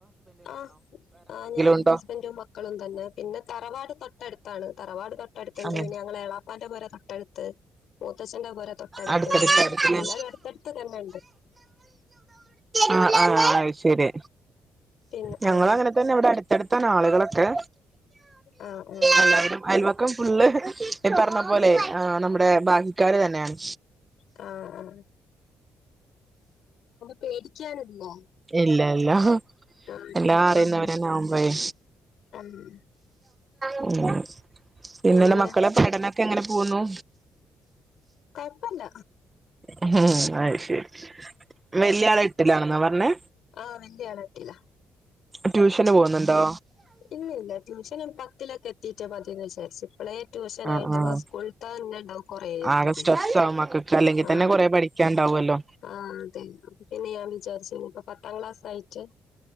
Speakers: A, on the left (about 70°); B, on the right (about 20°).
A: ആ ആ ഞാനും
B: ഉണ്ടോ
A: ഹസ്ബൻറും മക്കളും തന്നെ പിന്നെ തറവാട് തൊട്ട തൊട്ട്ടുത്താണ് തറവാട് തൊട്ട്ടുത്ത്ുണ്ട്
B: അങ്ങനെ
A: പിന്നെ ഞങ്ങളെ ഏളാപ്പാന്റെ പോരെ തൊട്ട്ടുത്ത് മൂത്തച്ഛ്ന്റെ പോര തൊട്ടടുത്ത്
B: അടുത്തടുത്തായിരിക്കുംല്ലേ
A: അങ്ങനെ എല്ലാരും അടുത്തടുത്ത് തന്നെുണ്ട്
B: ആ ആ ശരി
A: പിന്നെ
B: ഞങ്ങള്
A: ആഹ്
B: അങ്ങനെ തന്നെ ഇവിടെ തൊട്ടടുത്ത്ണ് ആളുകളൊക്കെ
A: ആഹ് ആഹ്
B: എല്ലാവരും അയൽവക്കും ഫുള്ള് പറഞ്ഞ പോലെ നമ്മുടെ ബാക്കിക്കാാര് തന്നെയാണ്
A: ആ ആ പേടിക്കാനില്ല
B: ഇല്ല ഇല്ല
A: ആഹ് അടുത്തടുത്താവുമ്പോ
B: എല്ലാം അറിയുന്നവരന്നെ ആവു മ്പഴെ
A: ആഹ്
B: ഉ പിന്നലെ
A: പിന്നെ
B: മക്കളെ പടനൊക്കെ എങ്ങനെ പോകുന്നു
A: കോഴപ്പല്ല
B: ഉം അ ശരി വലിയയാള് എട്ടിലാണെന്നാ പറഞ്ഞേ
A: ആ വലിയാള് എട്ടിലാ
B: ട്യൂഷന് പോകുന്നുണ്ടോ
A: ഇല്ലല്ല ട്യൂഷനും പത്തിലൊക്കെ എത്തിട്ട് മതിന്ന് വിചാരിച്ചു ഇപ്പോളെ ട്യൂഷന ആായിട്ട്
B: ആഹ് ആഹ്
A: ആ സ്കൂൾ ആ തന്നെ ഉണ്ടാവും കൊറതെക്ക്
B: ആകെ സ്ട്രെസ്സ് ആവും മക്കൾക്ക് അല്ലെങ്കിൽ
A: ആ
B: തന്നെ കൊറെ പഠിക്കാണ്ടാവുമല്ലോ
A: ആ അതെ അപ്പ പിന്നെ ഞാൻ വിചാരിച്ച ഇപ്പ പത്താം ക്ലാസയിട്ട്